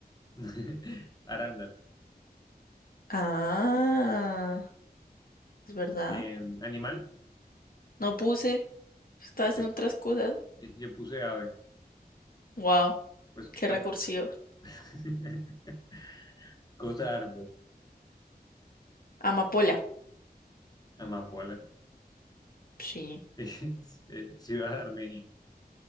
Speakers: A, on the left; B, on the left.
A: <laughs> Arándano.
B: Ah, es verdad.
A: Eh, animal,
B: No puse. Estaba haciendo
A: yo,
B: otras cosas.
A: yo puse ave.
B: Wow,
A: Pues
B: qué
A: cuéntalo.
B: recursivo.
A: <laughs> Costa árbol,
B: Amapola.
A: amapola.
B: Sí,
A: <laughs> Eh, ciudad de Armenia.